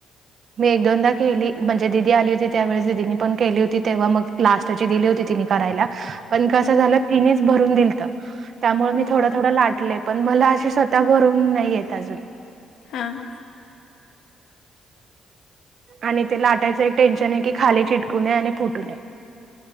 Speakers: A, on the right (about 55°); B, on the left (about 80°).
A: मी एक दोनदा केली म्हणजे दिदी आली होती त्यावेळेस दिदीनी पण केली होती तेव्हा मग लास्टची दिली होती तिने करायला पण कसं
B: हम्म
A: झालं तिनेच भरून दिलंत त्यामुळे मी
B: हम्म
A: थोड थोडं लाटले पण मला अशी स्वतः भरुन नाही येत अजून.
B: हा हा.
A: आणि ते लाटायचं एक टेन्शन आहे की खाली चिटकू नये आणि फुटू नये.